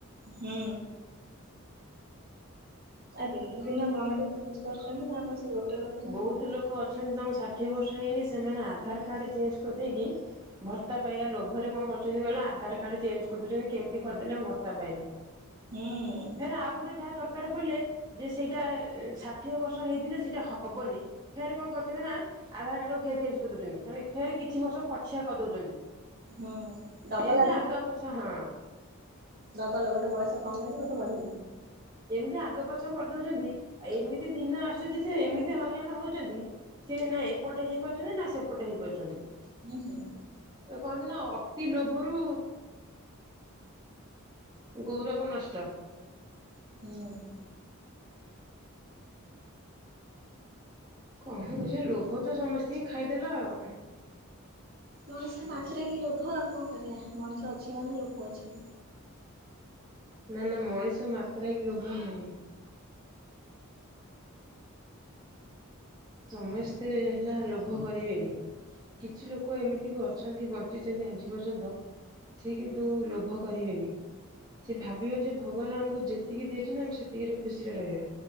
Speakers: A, on the right; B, on the right.
A: ହୁଁ। ଆ ଦିନକୁ ଦିନ ଗଭମେଣ୍ଟ ଚେଞ୍ଜ କରୁଛନ୍ତି ନା ଆଉ କଣ ସେ ଗୋଟେର
B: ବହୁତ ଲୋକ ଅଛନ୍ତି ତମ ଷାଠିଏ ବର୍ଷ ହେଇନି ସେମାନେ ଆଧାର କାର୍ଡ ଚେଞ୍ଜ କରିଦେଇକି ଭର୍ତ୍ତା ପାଇବା ଲୋଭରେ କଣ କରୁଛନ୍ତି କହିଲ ଆଧାର କାର୍ଡ ଚେଞ୍ଜ କରିଦଉଛନ୍ତି କେମିତି କରିଦେଲେ ମୁଁ ଭର୍ତା ପାଇମି।
A: ହୁଁ।
B: ଫେରେ ଆଉ ଗୋଟେ ଯାହା ଦରକାର ପଇଲେ ଯେ ସେଇଟା ଷାଠିଏ ବର୍ଷ ହେଇଥିଲେ ସେଇଟା ହ ହବନି ଫେର୍ କଣ କରୁଛନ୍ତି ନା ଆଧାର କାର୍ଡ ଫେରେ ଚେଞ୍ଜ କରିଦଉଛନ୍ତି ମାନେ ଫେରେ କିଛି ବର୍ଷ ପଛୁଆ କରିଦଉଛନ୍ତି।
A: ହୁଁ ଡବଲ
B: ଏମିତି
A: ଆଧ
B: ଆଗ, ପଛ ହଁ।
A: ଡବଲ ଗୋଟେ ବୟସ କମେଇବେ ଗୋଟେ ବଢ଼େଇବେ।
B: ଏମିତି ଆଗ ପଛ କରିଦଉଛନ୍ତି ଆଉ ଏମିତି ଦିନ ଆସୁଛି ଯେ ଏମିତି ହଇରାଣ ହଉଛନ୍ତି, ସିଏ ନା ଏପଟେ ହେଇପାରୁଛନ୍ତି ନା ସେପଟେ ହେଇପାରୁଛନ୍ତି।
A: ହୁଁ ହୁଁ।
B: ତ କୁହନ୍ତି ନା ଅତି ଲୋଭରୁ ଗୌରବ ନଷ୍ଟ।
A: ହୁଁ।
B: କଣ କହୁଛି ଲୋଭ ତ ସମସ୍ତିଙ୍କି ଖାଇଦେଲା ଆଉ।
A: ମଣିଷ ମାତ୍ରେକେ ଲୋଭ ଆଉ କଣ କରିବା ଆ, ମଣିଷ ଅଛି ମାନେ ଲୋଭ ଅଛି।
B: ନା-ନା ମଣିଷ ମାତ୍ରେ କେ ଲୋଭ ନାହିଁ। ସମସ୍ତେ ହେଲା ଲୋଭ କରିବେନି। କିଛିଲୋକ ଏମିତି ବି ଅଛନ୍ତି ବଞ୍ଚିଚନ୍ତି ଆଜି ପର୍ଯ୍ୟନ୍ତ ଅଛି କିନ୍ତୁ ଲୋଭ କରିବେନି। ସେ ଭାବିବେ ଯେ ଭଗବାନ ଆମକୁ ଯେତିକି ଦେଇଛନ୍ତି ଆମେ ସେତିକିରେ ଖୁସିରେ ରହିବା।